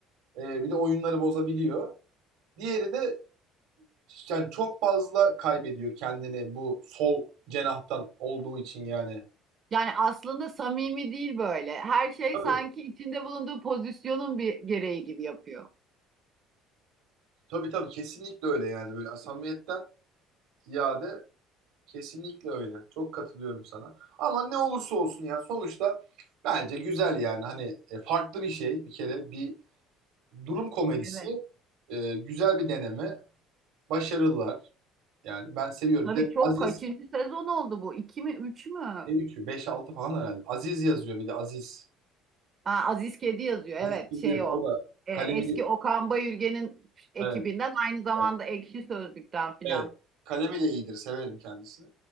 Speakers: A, on the right; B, on the right.
A: Ee, bir de oyunları bozabiliyor. Diğeri de yani çok fazla kaybediyor kendini bu sol cenahtan olduğu için yani.
B: Yani aslında samimi değil böyle. Her şey
A: Tabii.
B: sanki içinde bulunduğu pozisyonun bir gereği gibi yapıyor.
A: Tabii tabii kesinlikle öyle yani böyle samimiyetten ziyade kesinlikle öyle. Çok katılıyorum sana. Ama ne olursa olsun yani sonuçta bence güzel yani hani e, farklı bir şey bir kere bir Durum komedisi.
B: Evet.
A: Ee, güzel bir deneme. Başarılılar. Yani ben seviyorum.
B: Tabii
A: Bir de
B: çok
A: Aziz
B: kaçıncı sezon oldu bu? İki mi üç mü?
A: ne 3'ü 5-6 falan herhalde. Aziz yazıyor bir de Aziz.
B: Ha, Aziz Kedi yazıyor.
A: Aziz
B: Evet
A: Bilgi
B: şey
A: yazıyor.
B: o.
A: O da
B: Ee,
A: kalemiyle
B: eski Okan Bayülgen'in ekibinden
A: evet,
B: aynı zamanda
A: evet.
B: Ekşi Sözlük'ten filan.
A: evet. Kalemiyle iyidir. Severim kendisini.